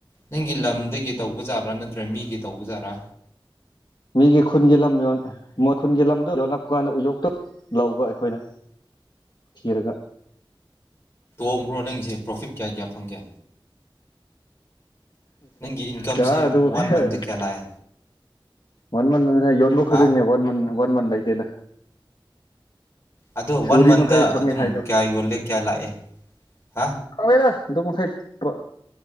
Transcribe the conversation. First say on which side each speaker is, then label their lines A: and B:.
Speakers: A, on the left; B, on the left.
A: ꯅꯪꯒꯤ ꯂꯝꯗꯒꯤ ꯇꯧꯕꯖꯥꯠ꯭ꯔꯥ ꯅꯠꯇ꯭ꯔꯦ ꯃꯤꯒꯤ ꯇꯧꯕꯖꯥꯔꯥ
B: ꯃꯤꯒꯤ ꯈꯨꯟꯒꯤ ꯂꯝ ꯌ ꯃꯣꯏ ꯈꯨꯟꯒꯤ ꯂꯝꯗꯨꯣ ꯌꯣꯜꯂꯛꯄ ꯀꯥꯟꯗ ꯎꯌꯣꯛꯇꯣ ꯂꯧꯕ ꯑꯩꯈꯣꯏꯅ ꯊꯤꯔꯒ
A: ꯍꯣꯡꯕ꯭ꯔꯣ ꯅꯪꯁꯦ ꯄ꯭ꯔꯣꯐꯤꯠ ꯀꯌꯥ ꯀꯌꯥ ꯐꯪꯒꯦ ꯅꯪꯒꯤ ꯏꯟꯀꯝꯁꯦ
B: ꯌꯥ ꯑꯗꯨ
A: ꯋꯥꯟ
B: ꯍꯥꯏ
A: ꯃꯟꯗ ꯀꯌꯥ ꯂꯥꯛꯑꯦ
B: ꯋꯥꯟ ꯃꯟꯅ ꯌꯣꯟꯕ ꯈꯨꯗꯤꯡꯅꯦ
A: ꯍꯥ
B: ꯋꯥꯟ ꯃꯟ ꯋꯥꯟ ꯃꯟ ꯂꯩꯇꯦꯅ
A: ꯑꯗꯨ
B: ꯁꯨꯔꯤ
A: ꯋꯥꯟ ꯃꯟꯗ
B: ꯃꯈꯩ ꯐꯪꯉꯦ
A: ꯑꯗꯨꯝ
B: ꯍꯥꯏꯗꯣ
A: ꯀꯌꯥ ꯌꯣꯜꯂꯦ ꯀꯌꯥ ꯂꯥꯛꯑꯦ ꯍꯥ
B: ꯈꯪꯗꯦꯗ ꯑꯗꯨ ꯃꯈꯩꯏ